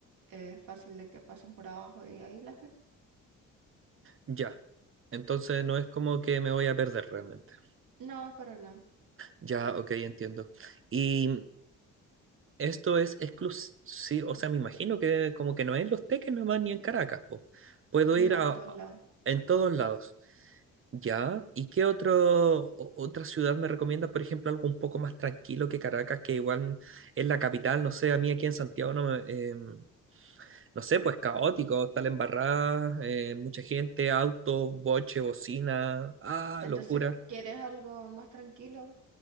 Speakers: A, on the right; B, on the right.
A: es fácil de que pasen por abajo y ahí las ves.
B: Ya. Entonces no es como que me voy a perder realmente.
A: No, pero no,
B: Ya, ok, entiendo. Y esto es exclusivo, o sea, me imagino que como que no es en Los Teques nomás ni en Caracas, po. Puedo
A: no
B: ir a,
A: en
B: a-
A: todos lados.
B: en todos lados. Ya. ¿Y qué otro, o- otra ciudad me recomiendas? Por ejemplo, algo un poco más tranquilo que Caracas, que igual es la capital, no sé, a mí aquí en Santiago no me, em, no sé, pues caótico, tal embarrada, eh, mucha gente, autos, boche, bocina, ah,
A: Entonces,
B: locura.
A: ¿quieres algo más tranquilo